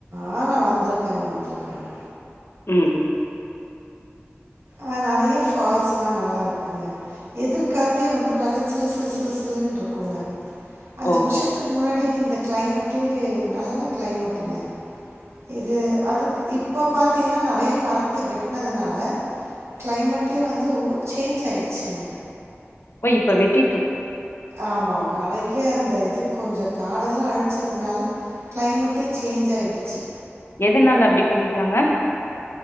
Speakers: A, on the right (about 75°); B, on the left (about 60°).
A: ஆ நா வந்திருக்கேங்க வந்திருக்கேங்க
B: ம் ம்
A: ஆ நெறைய ஃபால்ஸ்லா நல்லா இருக்குங்க எதிர்காத்தே வந்து நல்லா சிலு-சிலு-சிலு-சிலுனு இருக்குங்க அஞ்சு
B: ஓஹோ
A: வருசத்துக்கு முன்னாடி இந்த கிளைமேட்டு நல்ல கிளைமேட்டுங்க இது அதுக்கு இப்போ பாத்தீங்கன்னா நெறைய மரத்த வெட்னதுனால கிளைமேட்டே வந் அது சேஞ்ச் ஆயிடுச்சுங்க
B: ஓ இப்ப வெட்டிட்
A: ஆமா-ஆமா நெறைய் ஏ அந்த இது கொஞ்ச காடெல்லா அழிச்சதுனால கிளைமேட்டே சேஞ்ச் ஆயிடுச்சு
B: எதனால அப்டி பண்ணிட்டாங்க